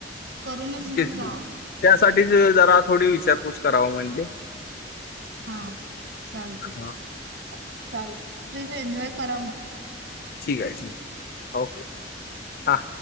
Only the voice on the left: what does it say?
तेच
की त्यासाठीच जरा थोडी विचारपूस कराव म्हणजे
हा
ठीक आहे ठीक ओके हां.